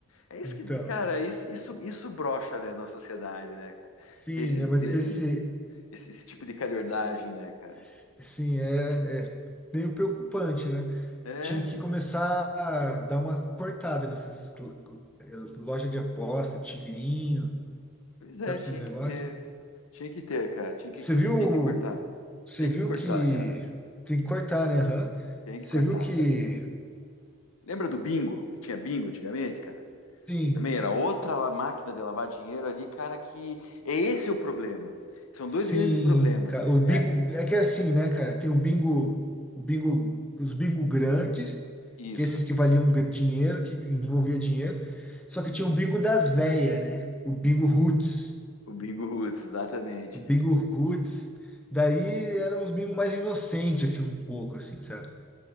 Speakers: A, on the left (about 80°); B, in the centre.
A: É isso
B: Então,
A: que, cara, isso, isso, isso brocha, né, na sociedade, né, cara?
B: sim,
A: Ter esses,
B: né? Mas
A: ter
B: esse,
A: esses, Esse, esse tipo de calhordagem, né, cara?
B: s- sim, é, é meio preocupante, né?
A: É,
B: Tinha que começar a dar uma cortada nessas cl- cl- eh, loja de aposta, tigrinho,
A: pois é,
B: sabe
A: tinha
B: esses negócios?
A: que ter. Tinha que ter, cara. Tinha que,
B: Você
A: ti-
B: viu,
A: tem que cortar.
B: você
A: Tem
B: viu
A: que cortar,
B: que
A: cara.
B: tem que cortar, né? Aham.
A: Tem
B: Você
A: que cortar,
B: viu que
A: cara. Lembra do bingo? Que tinha bingo antigamente, cara?
B: sim,
A: Também era outra la- máquina de lavar dinheiro ali, cara, que é esse o problema. São
B: sim,
A: dois grandes problemas.
B: cara, o bingo
A: É,
B: é que é assim,
A: o-
B: né, cara? Tem o bingo, o bingo, os bingo grandes,
A: isso,
B: que é esses que valiam gr- dinheiro, que envolvia dinheiro. Só que tinha o bingo das véias, né? O bingo roots,
A: o bingo roots, exatamente.
B: o bingo roots. Daí eram uns bingo mais inocentes, assim, um pouco, assim, sabe?